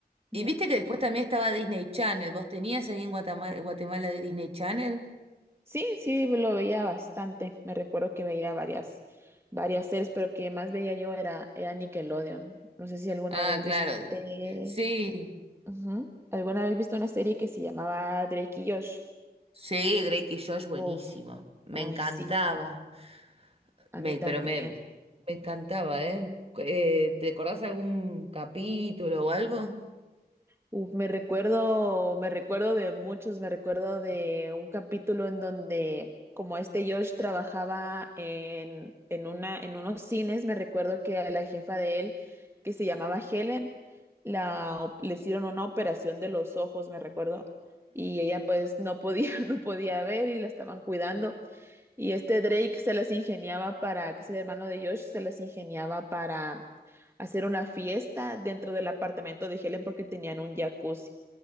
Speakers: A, on the right (about 15°); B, on the right (about 35°).
A: Ujú.
B: y viste que después también estaba Disney Channel. ¿Vos tenías ahí en Guatama- Guatemala, de Disney Channel?
A: Sí, sí, lo veía bastante. Me recuerdo que veía varias, varias series, pero que más veía yo era, era Nickelodeon. No sé si alguna
B: Ah,
A: vez
B: claro.
A: viste,
B: Sí,
A: ujú, ¿Alguna vez viste una serie que se llamaba Drake y Josh?
B: sí, Drake y Josh, buenísimo.
A: Uf,
B: Me
A: ay,
B: encantaba.
A: sí,
B: Me,
A: a mí también.
B: pero me, me encantaba, ¿eh? Eh, ¿Te acordás algún capítulo o algo?
A: Uf, me recuerdo, me recuerdo de muchos, me recuerdo de un capítulo en donde como este Josh trabajaba en, en una, en unos cines, me recuerdo que a la jefa de él, que se llamaba Helen, la, op- le hicieron una operación de los ojos, me recuerdo, y ella pues no podía, <laughs> no podía ver y la estaban cuidando. Y este Drake se las ingeniaba para, que es el hermano de Josh, se las ingeniaba para hacer una fiesta dentro del apartamento de Helen porque tenían un jacuzzi.